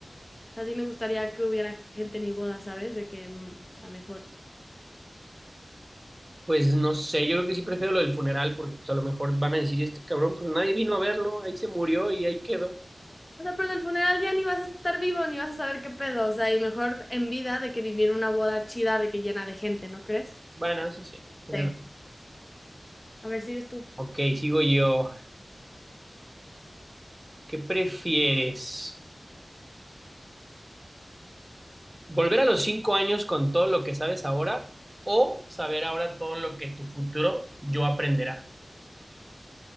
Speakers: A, on the left; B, on the right.
A: Así me gustaría que hubiera gente en mi boda, ¿sabes? De que, mm, o sea, mejor.
B: Pues no sé, yo creo que sí prefiero lo del funeral porque pues a lo mejor van a decir, este cabrón, pues nadie vino a verlo, ahí se murió y ahí quedó.
A: O sea, pero en el funeral ya ni vas a estar vivo, ni vas a saber qué pedo. O sea, y mejor en vida de que vivir una boda chida de que llena de gente, ¿no crees?
B: Bueno, eso sí. tienes
A: Sí.
B: razón.
A: A ver, sigues tú.
B: Ok, sigo yo. ¿Qué prefieres? ¿Volver a los cinco años con todo lo que sabes ahora o saber ahora todo lo que tu futuro yo aprenderá?